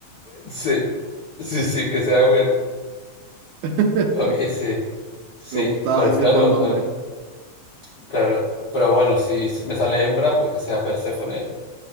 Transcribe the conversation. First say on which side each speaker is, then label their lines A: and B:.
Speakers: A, on the left (about 90°); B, on the right (about 80°).
A: Sí, sí, sí, que sea un
B: <laughs>
A: Oye, sí, sí,
B: Me gusta
A: pero
B: Hades,
A: claro,
B: es buen nombre.
A: ahora- claro, pero bueno, si s- me sale hembra, pues que sea Perséfone